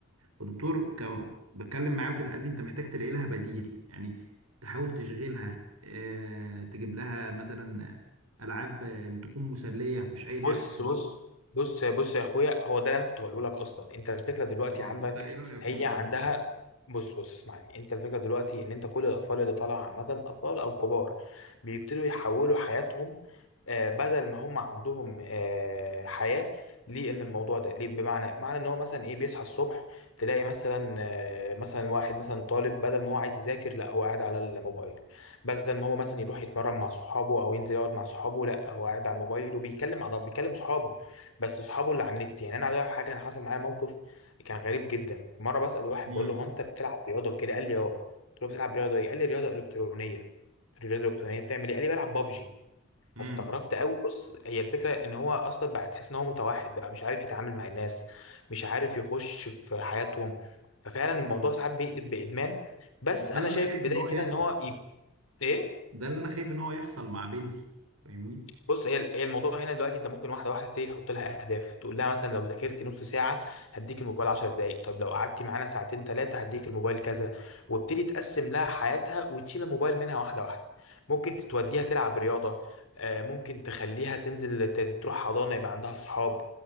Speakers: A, on the right; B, on the left.
A: فالدكتور كان بتكلم معاه وكده قال لي انت محتاج تلاقي لها بديل يعني تحاول تشغلها اه تجيب لها مثلا العاب آه، تكون مسليه مش اي لعبه
B: بص
A: خلاص
B: بص بص بص يا اخويا هو ده اللي انا كنت هقوله لك اصلا انت الفكره دلوقتي
A: اه
B: عندك
A: انت ايه رايك
B: هي
A: في الموضوع
B: عندها
A: ده
B: بص بص اسمعني انت الفكره دلوقتي ان انت كل الاطفال اللي طالعه عامه اطفال او كبار بيبتدوا يحولوا حياتهم آه، بدل ما هم عندهم آه، حياة للموضوع الموضوع ده ليه بمعنى معنى ان هو مثلا ايه بيصحى الصبح تلاقي مثلا آه، مثلا واحد مثلا طالب بدل ما هو عايز يذاكر لا هو قاعد على الموبايل بدل ما هو مثلا يروح يتمرن مع صحابه او ينزل يقعد مع صحابه لا هو قاعد على الموبايل وبيتكلم على بيكلم صحابه بس صحابه اللي على النت يعني انا عايز أقول لك حاجه انا حصل معايا موقف كان غريب جدا مره بسال واحد
A: امم
B: بقول له هو انت بتلعب رياضه وكده قال لي اه قلت له بتلعب رياضه ايه قال لي رياضه الكترونيه قلت له رياضه الكترونيه بتعمل ايه قال لي بلعب بابجي
A: امم
B: فاستغربت قوي بص هي الفكره ان هو اصلا بقى تحس ان هو متوحد بقى مش عارف يتعامل مع الناس مش عارف يخش في حياتهم ففعلا الموضوع
A: اه
B: ساعات بيقلب بادمان بس
A: ده
B: انا
A: اللي
B: شايف
A: انا خايف
B: البدايه
A: ان هو يحصل
B: هنا ان هو ي... ايه
A: ده اللي انا خايف ان هو يحصل مع بنتي فاهمني
B: بص هي هي الموضوع هنا دلوقتي انت ممكن واحده واحده تبتدي تحط لها اهداف تقول لها مثلا لو ذاكرتي نص ساعه هديك الموبايل 10 دقائق طب لو قعدتي معانا ساعتين ثلاثه هديك الموبايل كذا وابتدي تقسم لها حياتها وتشيل الموبايل منها واحده واحده ممكن توديها تلعب رياضه آه، ممكن تخليها تنزل ت- تروح حضانه يبقى عندها صحاب